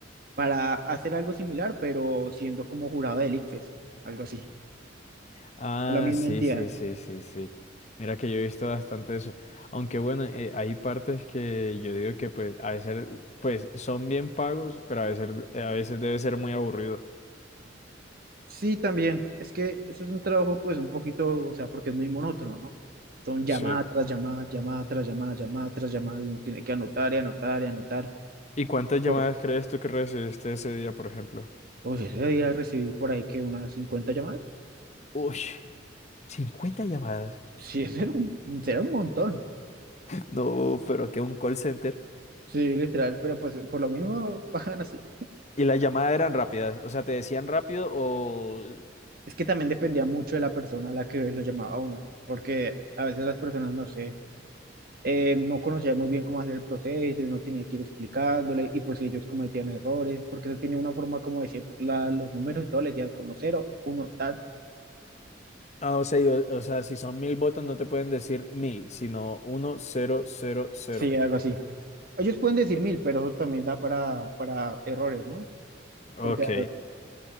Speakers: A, on the right; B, on the left.
A: para hacer algo similar, pero siendo como jurado del ICFES, algo así,
B: Ah,
A: la misma
B: sí,
A: entidad.
B: sí, sí, sí, sí. Mira que yo he visto bastante eso. Aunque bueno, eh, hay partes que yo digo que pues a veces pues son bien pagos, pero a veces, eh, a veces debe ser muy aburrido.
A: Sí, también, es que ese es un trabajo pues un poquito, o sea, porque es muy monótono, ¿no? Son llamada
B: Sí.
A: tras llamada, llamada tras llamada, llamada tras llamada, y uno tiene que anotar y anotar y anotar.
B: ¿Y cuántas
A: Y, Pues,
B: llamadas crees tú que recibiste ese día, por ejemplo?
A: oye, ese día recibí por ahí que unas 50 llamadas.
B: Uy, 50 llamadas.
A: Sí, <laughs> ese era un, ese era un montón.
B: No, pero que un call center.
A: Sí, literal, pero pues por lo mismo pagan así.
B: Y las llamadas eran rápidas, o sea, te decían rápido o...
A: Es que también dependía mucho de la persona a la que lo llamaba a uno, porque a veces las personas, no sé, eh, no conocían muy bien cómo hacer el proceso, uno tenía que ir explicándole, y pues si ellos cometían errores, porque eso tenía una forma como decir la- los números y todo, le decían como cero, uno, tal,
B: Ah, o sea, y o, o sea, si son mil votos no te pueden decir mil, sino uno, cero, cero, cero.
A: sí, algo así. Ellos pueden decir mil, pero eso también da para, para errores, ¿no?
B: Ok,
A: Porque